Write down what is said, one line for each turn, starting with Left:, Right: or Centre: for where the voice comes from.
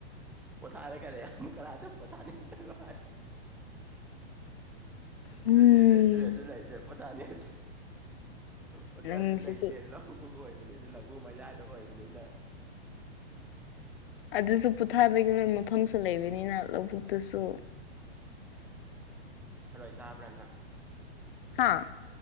Centre: ꯄꯣꯊꯥꯔꯦ ꯀꯔꯦ ꯑꯃꯨꯛ ꯀꯗꯥꯥꯏꯗ ꯄꯣꯊꯥꯅꯤ ꯆꯠꯅꯣ
Left: ꯎꯝ
Centre: ꯑꯗꯨꯗꯤ ꯔꯦꯁꯇꯨꯔꯦꯟꯁꯨ ꯂꯩꯦ ꯄꯠꯇꯥꯅꯤꯔꯣ ꯍꯣꯇꯦꯜꯁꯨ
Left: ꯅꯪꯁꯤꯁꯨ
Centre: ꯂꯩꯇꯦ ꯂꯧꯕ ꯑꯣꯏꯕꯅꯤꯅ ꯂꯧꯕꯨ ꯃꯖꯥꯗ ꯑꯣꯏꯕꯅꯤꯅ
Left: ꯑꯗꯨꯁꯨ ꯄꯣꯊꯥꯒꯤ ꯃꯐꯝꯁꯨ ꯂꯩꯕꯅꯤꯅ ꯂꯧꯕꯨꯛꯇꯁꯨ
Centre: ꯑꯁ ꯍꯔꯣꯏ ꯆꯥꯕ꯭ꯔꯥ ꯅꯪ
Left: ꯍꯥꯥ